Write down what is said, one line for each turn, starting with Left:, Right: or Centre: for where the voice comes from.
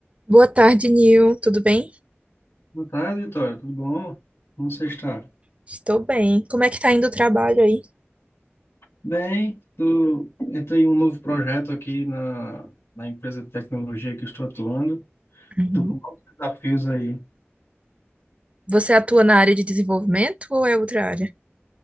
Right: Boa tarde, Nil. Tudo bem?
Left: Boa tarde, Vitória. Tudo bom? Como você está?
Right: Estou bem. Como é que tá indo o trabalho aí?
Left: Bem, tu... entrei em um novo projeto aqui na, na empresa de tecnologia que eu estou atuando.
Right: Uhum.
Left: Estou com novos desafios aí.
Right: Você atua na área de desenvolvimento ou é outra área?